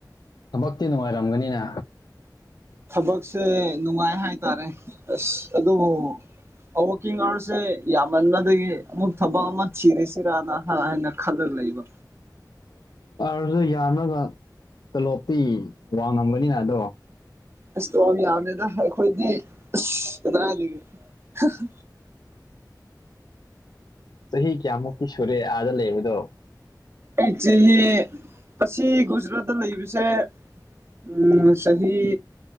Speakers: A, on the left; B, on the right.
A: ꯊꯕꯛꯇꯤ ꯅꯨꯡꯉꯥꯏꯔꯝꯒꯅꯤꯅ
B: ꯊꯕꯛꯁꯦ ꯅꯨꯡꯉꯥꯏ ꯍꯥꯏꯇꯥꯔꯦ ꯑꯁ ꯑꯗꯨꯕꯨ ꯋꯥꯀꯤꯡ ꯑꯥꯋꯥꯔꯁꯦ ꯌꯥꯝꯃꯟꯕ ꯗꯨꯒꯤ ꯑꯃꯨꯛ ꯊꯕꯛ ꯑꯃ ꯊꯤꯔꯁꯤꯔꯥ ꯅ ꯍꯥꯏ ꯅ ꯈꯜꯂ ꯂꯩꯕ
A: ꯈꯔꯁꯨ ꯌꯥꯅꯕ ꯇꯣꯂꯣꯞꯇꯤ ꯋꯥꯡꯉꯝꯒꯅꯤꯅ ꯑꯗꯣ
B: ꯑꯁ ꯇꯣꯂꯣꯞ ꯌꯥꯝꯃꯦꯗ ꯑꯈꯣꯏꯗꯤ ꯑꯁ ꯀꯗꯥꯏꯗꯒꯤ ꯍꯥ ꯍꯥ
A: ꯆꯍꯤ ꯀꯌꯥꯃꯨꯛꯇꯤ ꯁꯨꯔꯦ ꯑꯥꯗ ꯂꯩꯕꯗꯣ
B: ꯑꯩ ꯆꯦꯍꯤ ꯑꯁꯤ ꯒꯨꯖꯔꯥꯠꯇ ꯂꯩꯕꯁꯦ ꯎꯝ ꯆꯍꯤ